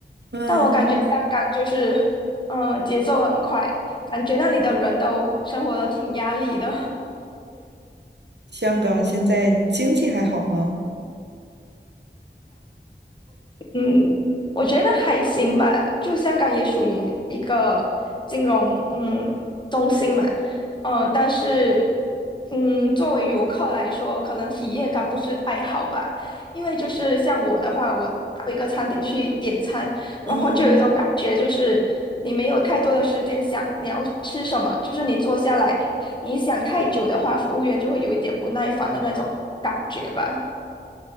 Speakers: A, on the right (about 65°); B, on the left (about 25°).
A: 嗯，
B: 但我感觉香港就是，呃，节奏很快，感觉那里的人都生活的挺压力的。
A: 香港现在经济还好吗？
B: 嗯，我觉得还行吧，就香港也属于一个金融嗯中心嘛，呃，但是嗯，作为游客来说，可能体验感不是太好吧，因为就是像我的话，我到一个餐厅去点餐，然后就有一种感觉，
A: 嗯，
B: 就是你没有太多的时间想你要吃什么，就是你坐下来，你想太久的话，服务员就会有一点不耐烦的那种感觉吧。